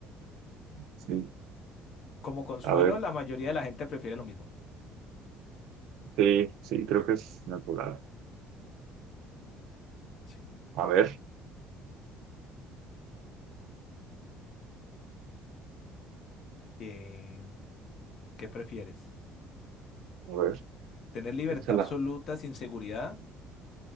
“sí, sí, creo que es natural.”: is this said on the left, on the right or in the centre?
Right